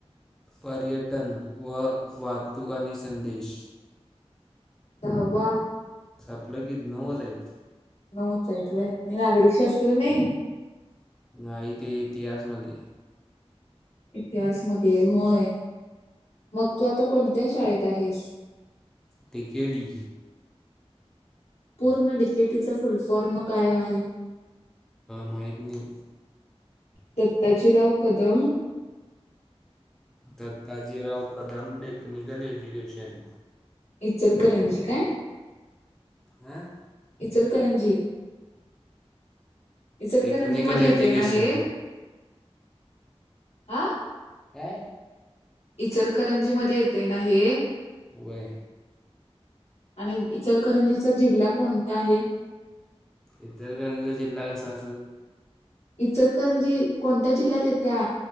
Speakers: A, in the centre; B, on the left.
A: पर्यटन व वाहतूकनी संदेश
B: दहावा.
A: सपलं की नवूच हाईत.
B: नऊच हाईत होय नागरिकशास्त्र नाही.
A: नाही ते इतिहासमध्ये
B: इतिहासमध्ये होय मग तू आता कोणत्या शाळेत आहेस?
A: डीकेडी.
B: पूर्ण डिकेटीचा फुलफॉर्म काय आहे.
A: माहितनाही.
B: दत्ताजीराव कदम-
A: दत्ताजीराव कदम टेक्निकल एज्युकेशन
B: इचलकरंजी काय
A: हम
B: इजतकरजी इचल
A: टेक्निकल
B: का रणजी मध्ये
A: एज्युकेशन
B: येते ना हे आा
A: का
B: इचलकरंजी मध्ये येते ना हे
A: वे
B: आणि इचलकरंजीचा जिल्हा कोणता आहे
A: इतर ग्रांधीचा जिल्हा कसा असेल
B: इचलकरंजी कोणत्या जिल्ह्यात येत्या